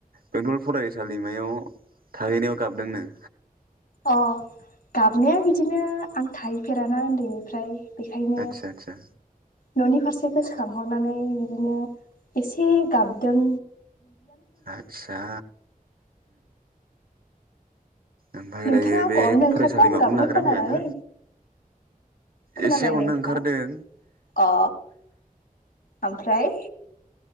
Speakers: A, on the right; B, on the left.
A: बेंटल फरायसालिमायाव थाहैनायाव गाबदोंनो?
B: अ गाबनाया बिदिनो आं थाहैफेराना उन्दैनिफ्राय। बेखायनो
A: आदसा आदसा।
B: ननि फारसे गोसोखांहरनानै बिदिनो एसे गाब दों।
A: आच्छा ओमफ्राय
B: नोंथाङा
A: दायो
B: आंखौ
A: बे
B: अननो ओंखारदों
A: फरायसालिमाखौनो
B: गाबनाय
A: नागारना
B: खोनानानै
A: फैबाय ना
B: खोनाबाय
A: एसे अननो
B: नोंथां
A: ओंखारदों
B: अ ओमफ्राय